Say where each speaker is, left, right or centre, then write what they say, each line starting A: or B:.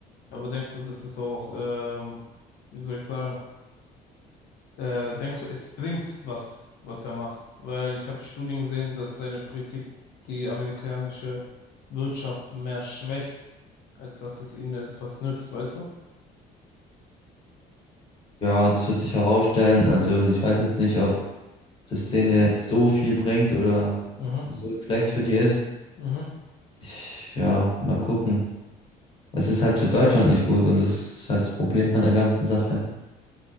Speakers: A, on the left; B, on the left.
A: aber denkst du, das ist auch, ähm, wie soll ich sagen, äh, denkst du, es bringt was, was er macht? Weil ich habe Studien gesehen, dass seine Politik die amerikanische Wirtschaft mehr schwächt, als dass es ihnen etwas nützt, weißt du?
B: Ja, das wird sich herausstellen. Also ich weiß jetzt nicht, ob das denen jetzt so viel bringt oder
A: Mhm.
B: so schlecht für die ist.
A: Mhm.
B: Ich, ja, mal gucken. Es ist halt für Deutschland nicht gut und das ist halt das Problem an der ganzen Sache.